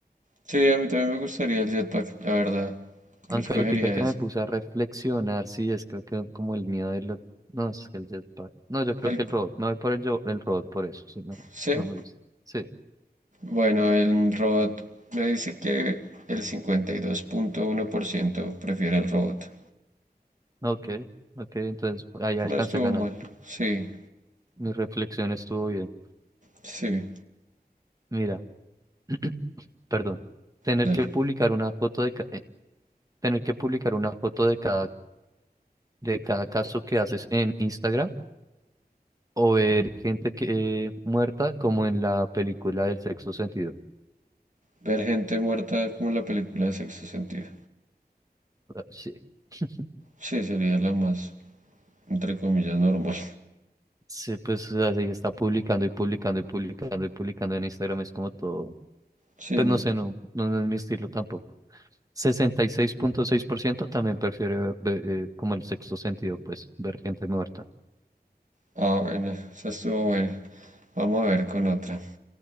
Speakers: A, on the right; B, on the right.
A: Sí, a mí también me gustaría el jetpack, la verdad.
B: Aunque
A: Yo escogería
B: ahorita que
A: ese.
B: me puse a reflexionar, sí, es creo que como el miedo de lo No, es que el jetpack. No, yo creo
A: El,
B: que el robot. No voy por el, yo- el robot por eso. Sí, no,
A: sí,
B: no me gusta. Sí,
A: Bueno, el robot me dice que el cincuenta y dos punto uno por ciento prefiere el robot.
B: ok, ok. Entonces ahí alcancé
A: No estuvo
B: a ganar.
A: mal. Sí,
B: Mi reflexión estuvo bien.
A: sí,
B: Mira, <clears throat> perdón. Tener
A: dale.
B: que publicar una foto de ca- eh, tener que publicar una foto de cada de cada caso que haces en Instagram o ver gente que eh, muerta como en la película del sexto sentido.
A: Ver gente muerta como en la película de Sexto Sentido.
B: Ah, Sí. <laughs>
A: Sí, sería la más, entre comillas, normal.
B: Sí, pues así está publicando y publicando y publicando y publicando en Instagram. Es como todo.
A: Sí,
B: Pues
A: no.
B: no sé, no, no, no es mi estilo tampoco. sesenta y seis seis punto seis por ciento también prefiere ver, ve- eh, como el sexto sentido, pues, ver gente muerta.
A: Ah, bueno, esa estuvo buena. Vamos a ver con otra.